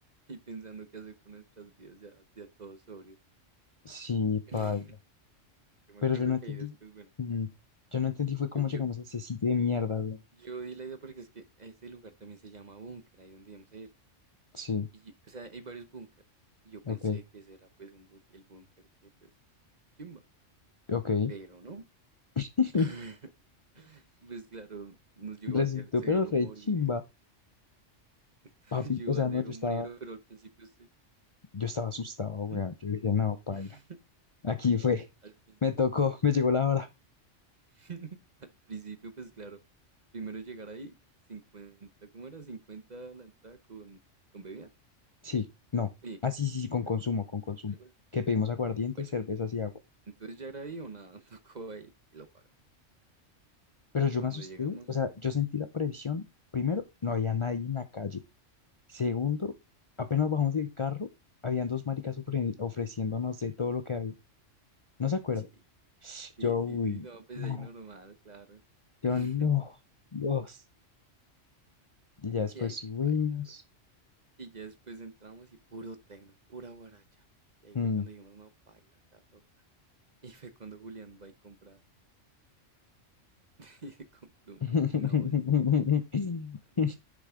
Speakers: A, on the right (about 40°); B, on the left (about 35°).
A: Y pensando qué hacer con nuestras vidas ya, ya todos sobrios.
B: Sí,
A: <laughs>
B: paila.
A: Yo me
B: Pero
A: acuerdo
B: yo no entendí,
A: que ahí después, bueno,
B: mm, yo no entendí fue cómo
A: yo, yo,
B: llegamos a ese sitio de mierda, güey.
A: Yo di la idea porque es que este lugar también se llama búnker, ahí donde íbamos a ir.
B: Sí,
A: Y, yo- o sea, hay varios búnker. Y yo pensé
B: ok,
A: que ese era pues un búnker, el búnker que pues chimba,
B: ok.
A: pero no.
B: <laughs>
A: <laughs> Pues claro, nos llevó
B: Resultó,
A: a ser, ser
B: pero re
A: un moridero.
B: chimba,
A: <laughs>
B: papi.
A: Nos
B: O sea,
A: a ser
B: no, yo
A: un
B: estaba
A: moridero, pero al principio se...
B: Yo estaba asustado, weón.
A: ¿Mm?
B: Yo dije, no, paila.
A: <laughs>
B: Aquí fue.
A: Al, prin-
B: Me tocó, me llegó la hora.
A: <laughs> al principio pues claro, primero llegar ahí, 50 ¿cómo era? cincuenta la entrada con, con bebida.
B: Sí, no.
A: Sí,
B: Ah, sí, sí,
A: 50
B: sí, con consumo,
A: con
B: con consumo.
A: algo así.
B: Que pedimos aguardiente,
A: Bueno,
B: cervezas y agua.
A: Entonces ya era ahí o nada, <laughs> tocó ahí y lo pagamos.
B: Pero yo
A: Cuando
B: me asusté,
A: llegamos,
B: o sea, yo sentí la presión. Primero, no había nadie en la calle. Segundo, apenas bajamos del carro, habían dos maricas ofre- ofreciéndonos de todo lo que había. No se acuerda.
A: sí, sí,
B: Yo,
A: sí,
B: uy,
A: sí, no, pues
B: no,
A: ahí normal, claro.
B: yo
A: <laughs>
B: no, Dios. Y ya después
A: Sí, ahí
B: subimos.
A: sí baila eso. Y ya después entramos y puro tecno, pura guaracha. Y ahí
B: Mm.
A: fue cuando dijimos, no, baila, acá toca. Y fue cuando Julián va y compra, <laughs> y se compró un-
B: <laughs>
A: una bolsita de tuyo, marica.